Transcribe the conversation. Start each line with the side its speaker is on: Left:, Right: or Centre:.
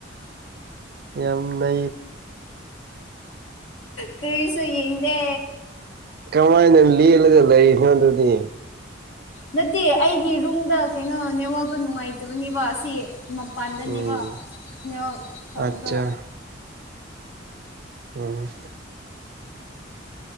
Right: ꯌꯥꯝ ꯅ
Left: ꯀꯔꯤꯁꯨ ꯌꯦꯡꯗꯦ
Right: ꯀꯃꯥꯏꯅ ꯂꯦꯜꯂꯒ ꯂꯩꯔꯤꯅꯣ ꯑꯗꯨꯗꯤ
Left: ꯅꯠꯇꯦ ꯑꯩꯒꯤ ꯔꯨꯝꯗ ꯀꯩꯅꯣ ꯅꯦꯠꯋꯥꯛꯇꯣ ꯅꯨꯡꯉꯥꯏꯇꯕꯅꯦꯕ ꯑꯁꯤ ꯃꯄꯥꯟꯗꯅꯦꯕ
Right: ꯎꯝ
Left: ꯅꯦꯠꯋꯔꯛ ꯐꯕꯗꯣ
Right: ꯑꯠꯆꯥ ꯑꯣꯝ